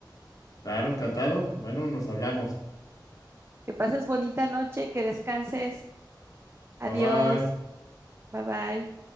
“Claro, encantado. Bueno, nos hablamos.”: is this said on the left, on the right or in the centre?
Left